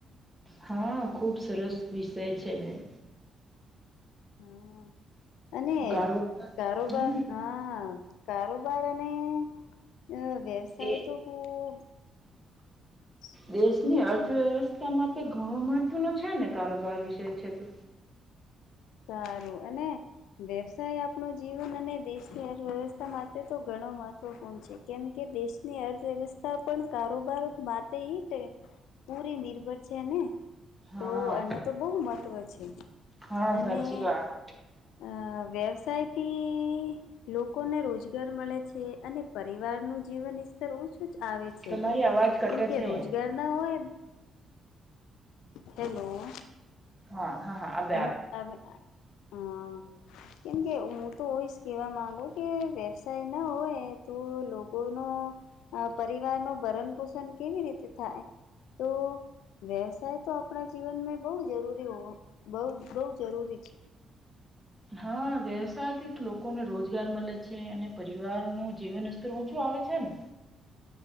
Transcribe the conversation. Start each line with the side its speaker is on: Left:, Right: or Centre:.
Centre: હા, ખૂબ સરસ વિષય છે બેન.
Left: હા, અને
Centre: કારોબાર
Left: કારોબાર
Centre: હમ
Left: હા, કારોબાર અને અહ વ્યવસાય
Centre: એ
Left: તો ખૂબ <inaudible>
Centre: દેશની અર્થવ્યવસ્થા માટે ઘણો મહત્વનો છે ને, કારોબાર વિશે છે તો.
Left: સારું, અને વ્યવસાય આપણો જીવન અને દેશની અર્થવ્યવસ્થા માટે તો ઘણો મહત્વપૂર્ણ છે. કેમ કે દેશની અર્થવ્યવસ્થા પણ કારોબાર માટે ઈટે પૂરી નિર્ભર છે ને.
Centre: હા.
Left: તો એનો તો બહુ મહત્ત્વ છે.
Centre: હા
Left: અને
Centre: સાચી વાત
Left: અહ વ્યવસાયથી લોકોને રોજગાર મલે છે, અને પરિવાર નું જીવન ઈસ્તર ઊંચ ચું આવે છે,
Centre: તમારી અવાજ કટે
Left: કેમ કે
Centre: છે.
Left: રોજગાર ના હોય હેલો.
Centre: હા, હા, હા, આવ
Left: <unintelligible> આવે હા. કેમકે હું તો હોયસ કહેવા માંગુ કે વ્યવસાય ના હોય તો લોક કો નો પરિવાર નો ભરણ પોષણ કેવી રીતે થાય? તો વ્યવસાય તો આપણા જીવન મે બહુ જરૂરી હો બહુ-બહુ જરૂરી છે.
Centre: હા, વ્યવસાય થી જ લોકોને રોજગાર મલે છે, અને પરિવાર નું જીવન ઈસ્તર ઊંચું આવે છે ને.